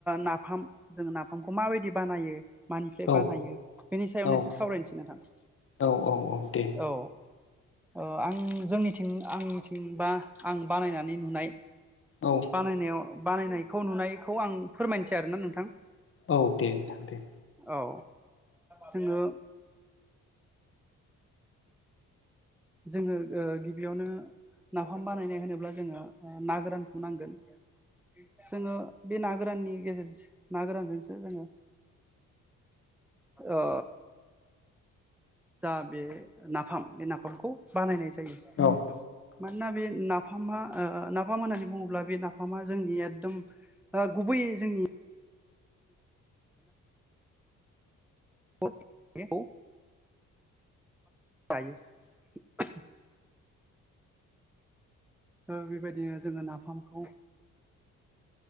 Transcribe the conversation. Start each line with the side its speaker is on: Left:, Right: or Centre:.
Centre: नाफाम जों नाफामखौ माबायदि बानायो मानिफ्राय
Left: औ
Centre: बानायो बेनि सायावनो
Left: औ
Centre: एसे सावरायनोसै नोंथां
Left: औ औ दे
Centre: औ ओ जोंनिथिं आंनिथिंबा आं बानायनानै नुनाय
Left: औ
Centre: बानायनायाव बानायनायखौ नुनायखौ आं फोरमायसै आरोना नोंथां
Left: औ दे नोंथां दे
Centre: औ जोङो जोङो गिबिआवनो नाफाम बानायनो होनोब्ला जोङो ना गोरानखौ नांगोन जोङो बे ना गोराननि गेजेरजों ना गोरानजोंसो जोङो ओ जा बे नाफाम बे नाफामखौ बानायनाय जा जायो
Left: औ
Centre: मानोना बे नाफामा नाफाम होननानै बुङोब्ला बे नाफामा जोंनि एथदम ओ गुबै जोंनि औ <inaudible> जयो उम ओ बेबायदिनो जोङो नाफामखौ